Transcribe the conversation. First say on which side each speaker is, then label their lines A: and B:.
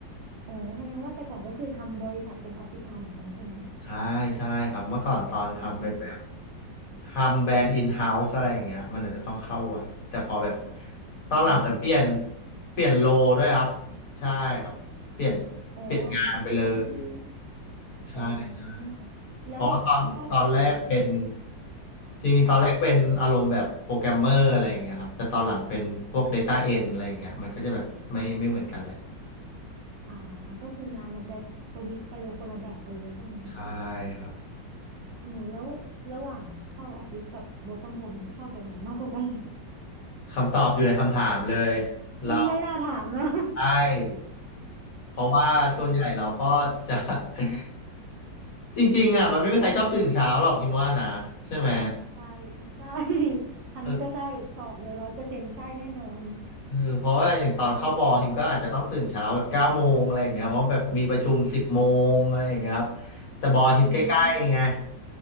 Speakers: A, on the right; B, on the left.
A: โอ้แสดงว่าแต่ก่อนก็คือทำบริษัทเป็นออฟฟิศเอาเหมือนกันใช่ไหม
B: ใช่ใช่ครับเมื่อก่อนตอนทำเป็นแบบ
A: อืม
B: ทำแบรนด์อินเฮ้าส์อะไรอย่างเงี้ยมันอาจจะต้องเข้าไว้แต่พอแบบตอนหลังเหมือนเปลี่ยน
A: อืม
B: เปลี่ยนโลด้วยครับใช่ครับเปลี่ยน
A: อ๋อ
B: เปลี่ยนงานไปเลย
A: ย้ายที่
B: ใช่ใช่
A: อ๋อแล้วชอบแบบ
B: เพราะตอนตอนแรกเป็นจริงๆตอนแรกเป็นอารมณ์แบบโปรแกรมเมอร์อะไรอย่างเงี้ยครับแต่ตอนหลังเป็นพวก
A: ค่ะ
B: Data End อะไรอย่างเงี้ยมันก็จะแบบไม่ไม่เหมือนกันแหละ
A: อ่าก็คืองานมันจะสวิชไปเลยคนละแบบกันเลยใช่ไหม
B: ใช่ครับ
A: อืมแล้วระหว่างเข้าออฟฟิศกับ work from home เนี่ยชอบแบบไหนมากกว่ากัน
B: คำตอบอยู่ในคำถามเลยเรา
A: ไม่น่าถามนะ
B: ใช่เพราะว่าส่วนใหญ่เราก็จะ <laughs> จริงๆอ่ะมันไม่มีใครชอบตื่นเช้าหรอกฮิมว่านะใช่ไหม
A: <laughs> ใช่ใช่ทางนี้ก็ใช่ตอบเลยร้อยเปอร์เซ็นต์ใช่แน่นอน
B: เออเออเพราะว่าอย่างตอนเข้าบอฮิมก็อาจจะต้องตื่นเช้าแบบเก้าโมงอะไรอย่างเงี้ยเพราะแบบมีประชุมสิบโมงอะไรอย่างเงี้ยครับแต่บอฮิมใกล้ๆไง
A: อืม